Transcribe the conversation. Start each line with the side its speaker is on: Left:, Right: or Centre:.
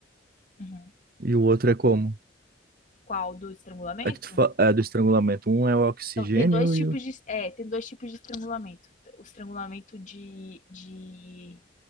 Left: Uhum.
Right: e o outro é como?
Left: Qual do estrangulamento?
Right: É que tu fa... é do estrangulamento. Um é o oxigênio
Left: Então, tem dois tipos
Right: e o
Left: de. É, tem dois tipos de estrangulamento. O estrangulamento de, de